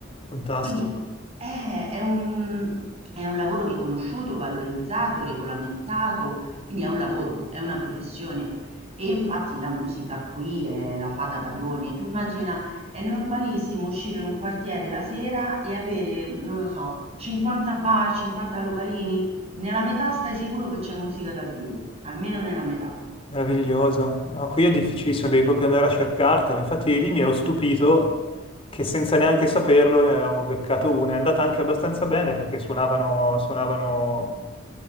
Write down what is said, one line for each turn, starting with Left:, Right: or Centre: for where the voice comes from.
Left: Fantastico.
Right: Quindi è è un è un lavoro riconosciuto, valorizzato, regolamentato, quindi è un lavoro, è una professione. E infatti la musica qui è la fa da padrone. Tu immagina, è normalissimo uscire in un quartiere la sera e avere, non lo so, 50 bar, 50 localini. Nella metà stai sicuro che c'è musica dal vivo, almeno nella metà.
Left: Meravigliosa. No, qui è difficilissimo, devi proprio andare a cercartela. Infatti lì mi ero stupito che senza neanche saperlo ne avevamo beccato una. È andata anche abbastanza bene perché suonavano, suonavano,